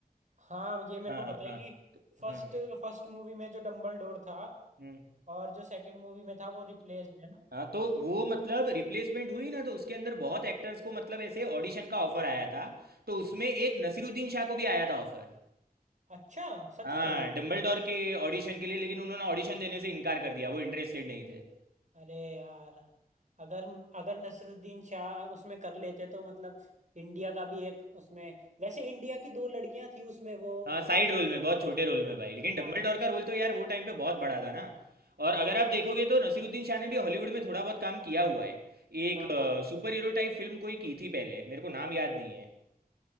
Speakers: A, on the right (about 50°); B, on the right (about 85°).
A: हाँ ये मेरे
B: हाँ
A: को पता है
B: हाँ
A: कि फर्स्ट
B: हाँ
A: फर्स्ट मूवी में जो डम्बलडोर था
B: हम्म
A: और जो सेकंड मूवी में था वो रिप्लेस्ड है ना
B: हाँ तो वो मतलब रिप्लेसमेंट हुई ना तो उसके अंदर बहुत एक्टर्स को मतलब ऐसे ऑडिशन का ऑफर आया था तो उसमें एक नसीरुद्दीन शाह को भी आया था ऑफर
A: अच्छा सच
B: हाँ
A: में
B: डम्बलडोर के ऑडिशन के लिए लेकिन उन्होंने ऑडिशन देने से इनकार कर दिया वो इंटरेस्टेड नहीं थे
A: अरे यार अगर अगर नसरुद्दीन शाह उसमें कर लेते तो मतलब इंडिया का भी एक उसमें वैसे इंडिया की दो लड़कियां थी उसमें वो
B: हाँ साइड
A: वो क्या
B: रोल
A: नाम
B: में बहुत
A: था?
B: छोटे रोल में भाई लेकिन डम्बलडोर
A: हाँ
B: का रोल तो यार वो टाइम पे बहुत बड़ा था ना और
A: हाँ
B: अगर आप देखोगे तो नसीरुद्दीन शाह ने भी हॉलीवुड में थोड़ा बहुत काम किया हुआ है एक
A: हाँ हाँ हाँ
B: सुपर हीरो टाइप फिल्म कोई की थी पहले मेरे को नाम याद नहीं है